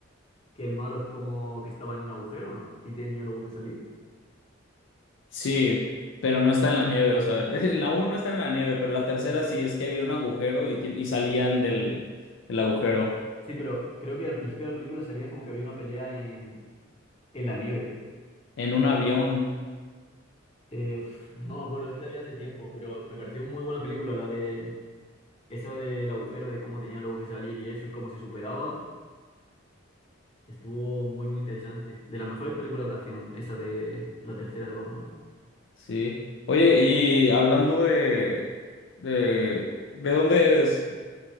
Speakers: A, on the left (about 30°); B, on the left (about 65°).
A: que el malo es como que estaba en un agujero, ¿no? Y tenía luego que salir.
B: Sí, pero no está en la nieve, o sea, <laughs> la uno no está en la nieve, pero la tercera sí es que había un agujero y, ti- y salían del, del agujero
A: Sí, pero creo que al principio de la película salían como que había una pelea en, en la nieve.
B: en un avión,
A: Eh, uf, no me acuerdo, es que la vi hace tiempo, pero me pareció muy buena película la de esa del agujero, de cómo tenía luego que salir y eso, y cómo se superaba. Estuvo muy, muy interesante. De las mejores películas de acción, esa de la tercera de Batman.
B: sí. Oye, y hablando de, de, ¿de dónde eres?